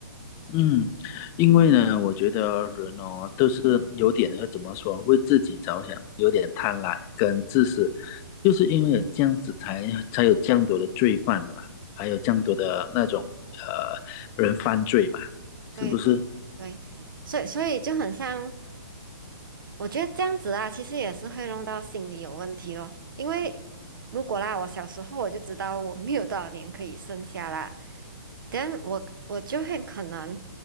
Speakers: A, on the left; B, on the right.
A: 嗯，因为呢，我觉得人哦，都是有点会怎么说，为自己着想，有点贪婪跟自私，就是因为有这样子才才有这样多的罪犯嘛，还有这样多的那种呃人犯罪嘛，是不是？
B: 对对对，所以所以就很像，我觉得这样子啊，其实也是会弄到心理有问题咯。因为如果啦，我小时候我就知道我没有多少年可以剩下啦，但我我就会可能